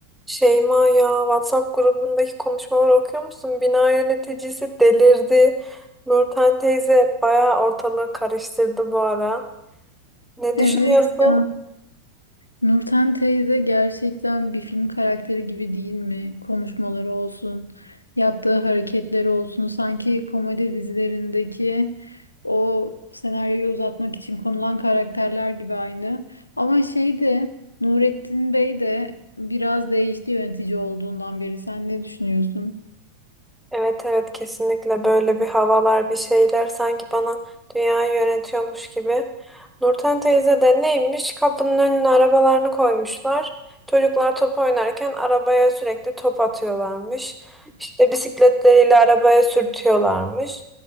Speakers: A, in the centre; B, on the left.
A: Şeyma ya WhatsApp grubundaki konuşmaları okuyor musun? Bina yöneticisi delirdi. Nurten teyze bayağı ortalığı karıştırdı bu ara. Ne
B: Evet
A: düşünüyorsun?
B: ya Nurten teyze gerçekten bir film karakteri gibi değil mi? Konuşmaları olsun, yaptığı hareketleri olsun. Sanki komedi dizilerindeki o senaryoyu uzatmak için konulan karakterler gibi aynı. Ama şey de Nurettin Bey de biraz değişti yönetici olduğundan beri. Sen ne düşünüyorsun?
A: Evet evet kesinlikle böyle bir havalar bir şeyler sanki bana dünyayı yönetiyormuş gibi. Nurten teyze de neymiş kapının önüne arabalarını koymuşlar. Çocuklar top oynarken arabaya sürekli top atıyorlarmış. İşte bisikletleriyle arabaya sürtüyorlarmış.